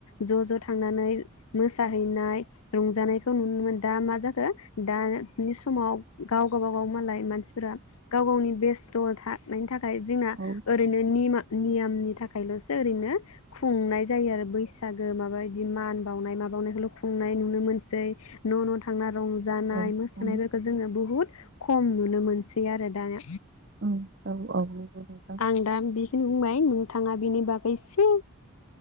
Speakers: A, on the left; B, on the right.
A: ज' ज' थांनानै मोसाहैनाय रंजानायखौ नुनो मोनदो दा मा जाखो दानि समाव गाव गावबागाव मालाय मानसिफोरा गाव गावनि बेस्थ' था थानायनि थाखाय जोंना
B: औ
A: ओरैनो निमा नियामनि थाखायल'सो ओरैनो खुंनाय जायो आरो बैसाग ओ माबा बिदि मान बावनाय माबावनायखौल' खुंनाय नुनो मोनसै। न' न' थांना रंजानाय
B: औ
A: मोसानायफोरखौ
B: औ
A: जोङो बुहुद बुहुद खम नुनो मोनसै आरो दाना
B: औ औ औ औ
A: आं दा
B: औ
A: बेखिनि बुंबाय नोंथाङा बिनि बागै इसे